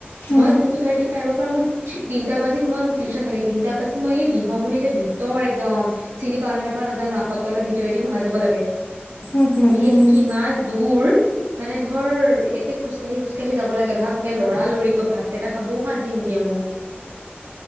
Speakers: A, on the left; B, on the right.
A: উম
B: মই টু থাৰ্টি ফাইভৰ পৰা মোৰ তিনিটা বাজিত মই টিউচন থাকে। তিনটাৰ পাছত মই এই বিহুৰি একে ভিতৰত একদম চিনি পাওঁ নে নাপাওঁ নাজানো। সটোলৰ ভিতৰে দি সোমাই যাব লাগে।
A: উম উম উম
B: সেই
A: উম।
B: কিমান তুৰ মানে ধৰ একে খোজকাাঢ়ি খোজকাঢ়ি যাব লাগে। ভাব কেইটা লৰালৰিকৈ ভাত কেইটা খাবওঁ শান্তি নিদিয়ে মোক